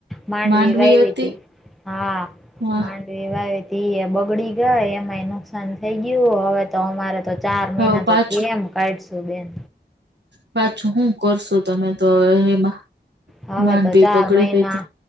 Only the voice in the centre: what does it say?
માંડવીવાયવી
ત હા
માંડ. એવાવે ધી એ બગડી ગયા એમાંય નુકસાન થઈ ગયું હવે તો અમારે તો. ચાર
મહિના
તો કેમ કાઢશું બેન.
હવે
તો ચાર
મહિના